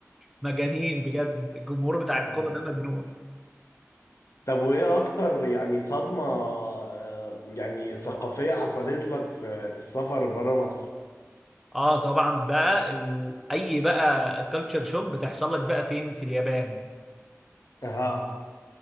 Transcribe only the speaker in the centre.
مجانين بجد الجمهور بتاع الكوره
ده مجنون
اه طبعا بقى ال... اي بقى كالتشر شوك بتحصل لك بقى فين في اليابان